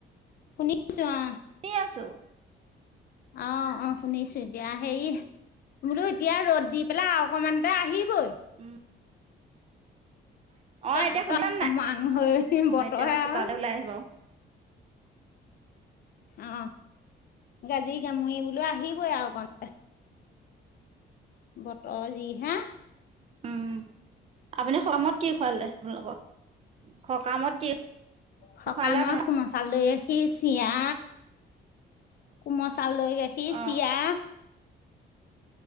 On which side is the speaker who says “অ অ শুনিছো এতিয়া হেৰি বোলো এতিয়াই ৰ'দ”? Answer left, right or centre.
Left